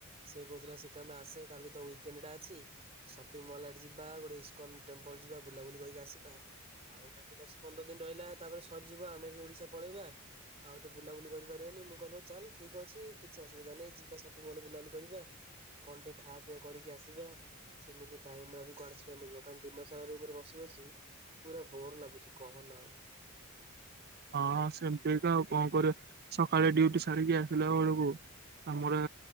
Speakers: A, on the right; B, on the right.
A: ସେ କହୁଥିଲା ଶ୍ରୀକାନ୍ତ ଆସେ କାଲି ତ ଉଇକେ କେନେଡା ଅଛି ସପିଙ୍ଗ ମଲ୍ ଆଡ ଯିବା ଗୋଟେ ଇସ୍କନ୍ ଟେମ୍ପଲ ଯିବା ବୁଲାବୁଲି କରିକି ଆସିବା। ଆଉ ମଟ ଦଶ ପନ୍ଦର ଦିନ ରହିଲା ତାପରେ ସରିଯିବ ଆମେ ବି ଓଡିଶା ପଳେଇବା ଆଉ ତ ବୁଲାବୁଲି କରି ରି ମୁଁ କହିଲ ଚାଲ ଠିକ ଅଛି କିଛି ଅସୁବିଧା ନାଇଁ ଯିବା ସପିଂଲ ବୁଲାୁବୁଲି କରି କନ୍ ଟିକେ ଖାପ୍ କରିକି ଆସିବା ସେମିତି ଟାଇମ ଟା ବିିବ <unintelligible> କାର ଦିନ ସାରାରେ ବସି ବସି ପୁରା ବୋର ଲାଗୁଛି କହନା ଆଉ‌।
B: <inaudible> ହଁ ସେମିତିକା ଆଉ କଣ କର ସକାଳେ ଡ୍ୟୁଟି ସାରିକି ଆସିଲା ବେଳକୁ ଆମର